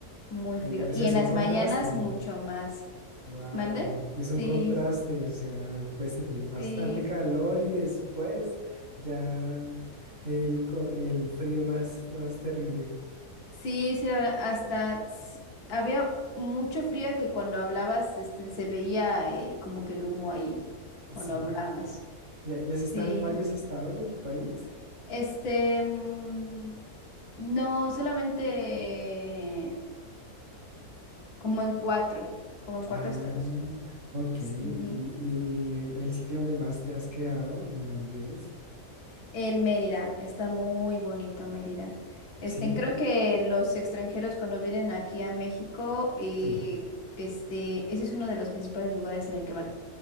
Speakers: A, on the left (about 75°); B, on the right (about 45°).
A: muy
B: O
A: frío. Y
B: sea,
A: en
B: es un
A: las
B: contraste.
A: mañanas mucho más.
B: Wow,
A: ¿Mande?
B: es
A: Sí,
B: un contraste. O sea, puedes sentir bastante
A: sí,
B: calor y después ya el, co- el frío más, más terrible.
A: sí, sí, la verdad, hasta s- había mucho frío que cuando hablabas, este, se veía el, como que el humo ahí, cuando
B: Sí.
A: hablabas.
B: ¿Ya, ya
A: Sí,
B: has estado en varios estados de tu país?
A: este, mm, no, solamente... como en cuatro, como en cuatro
B: Ah,
A: estados.
B: ok.
A: Sí,
B: ¿Y, y el sitio donde más te has quedado, en dónde es?
A: en Mérida, está muy bonito Mérida. Este,
B: Sí,
A: creo que los extranjeros cuando vienen aquí a México, eh,
B: sí.
A: este, ese es uno de los principales lugares en el que van